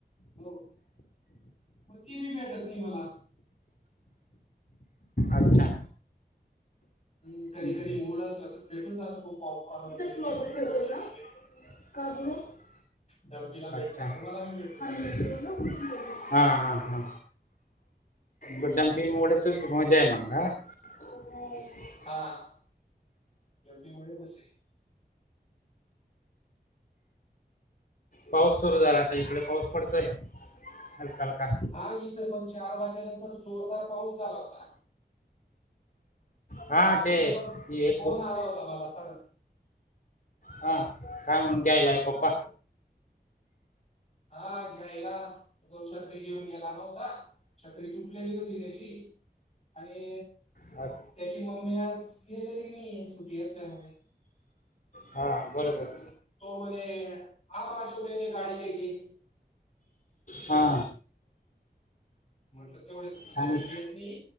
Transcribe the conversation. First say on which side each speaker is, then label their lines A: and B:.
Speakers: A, on the left (about 40°); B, on the left (about 55°).
A: हो, म ती बी देते की मला
B: अच्छा
A: अं,
B: हम्म.
A: कधी कधी मुड असला तर भेटून जातो पॉपकॉर्न वगरे
B: तिथंच ग्लोबल
A: काहीतरी
B: खेळतोय
A: पोरांसाठी
B: का
A: घे.
B: का बरं
A: धाव्वीला भेटतात
B: अच्छा
A: तर मला पण भेटून जातात.
B: आणि मग तेवढं हा हा हा. म डंपिंग मोडय त तुमची मजाय मंग हा? <inaudible>
A: हा <unintelligible>
B: पाऊस सुरू झाला, आता इकडे पाऊस पडतोय, हलका हलका.
A: हा इथं मंग चार वाजल्या नंतर जोरदार पाऊस आला होता.
B: हा
A: गर्दीतं
B: ते एक
A: फोन
B: पुस
A: आला होता बाबा सर
B: हां काय म्हणून ग्यायला ये पप्पा?
A: हा घ्यायला. तो छत्री घेऊन गेला नव्हता छत्री तुटलेली होती त्याची आणि
B: हान
A: त्याची मम्मी आज, गेलेली नाही सुटी आसल्यामुळे.
B: हां बरोबर.
A: मग तो म्हणे, आवाज ओके नाई काढी <unintelligible>
B: हा
A: म्हटलं तेवढ्यासाठी
B: चांगलं
A: घरी येत नाही?